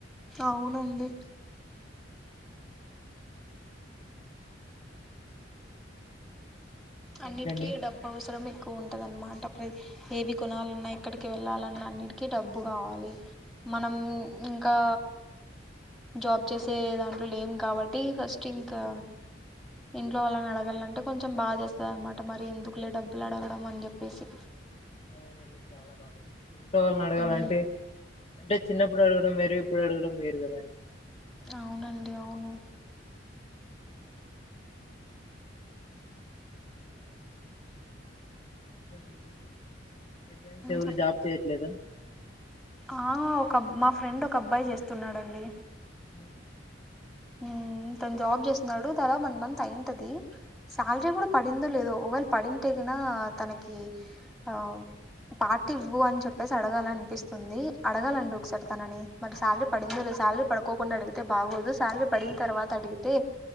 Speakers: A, in the centre; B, on the left.
A: అవునండి
B: ఇంకేంటండి
A: అన్నిటికి డబ్బు అవసరం ఎక్కువ ఉంటదన్నమాట ఏవి కొనాలన్నా ఎక్కడికి వెళ్ళాలన్నా అన్నిటికి డబ్బు కావాలి మనం
B: అవునండి
A: ఇంకా జాబ్ చేసే దాంట్లో లేం కాబట్టి ఫస్ట్ ఇంకా ఇంట్లో వాళ్ళని అడగాలంటే కొంచెం బాధేస్త వ అన్నమాట మరి ఎందుకులే డబ్బులు అడగడం అని చెప్పేసి
B: అవునండి చాలా బాధగావుంటుంది ఇంట్లో వాళ్ళని అడగాలంటే
A: ఉమ్
B: అంటే చిన్నప్పుడు అడగడం వేరు ఇప్పుడూ అడగడం వేరుగద అండి
A: అవునండి అవును
B: ఇంకేంటండి మీ ఫ్రెండ్స్ ఎవరు
A: చెప్
B: జాబ్ చేయట్లేద
A: ఆ ఒకబ్ మా ఫ్రెండ్ ఒక అబ్బాయి చేస్తున్నాడండి
B: హ్మ్మ్
A: మ్ తను జాబ్ చేస్తున్నాడు దాదప్ వన్ మంత్ అయింటది శాలరీ కూడా పడిందో లేదో ఒక వేల్ పడింటేకినా తనకి ఆ పార్టీ ఇవ్వు అని చెప్పేసి అడగాల అనిపిస్తుంది అడగాలండి ఒకసారి తనని మరి శాలరీ పడిందో లేదు శాలరీ పడుకోకుండా అడిగితే బాగోదు సాలరీ పడిన తర్వాత అడిగితే